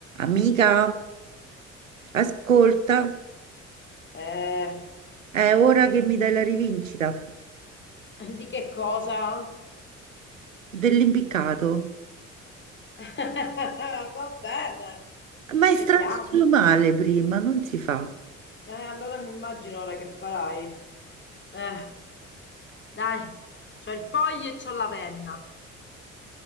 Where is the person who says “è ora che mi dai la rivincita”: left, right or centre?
Right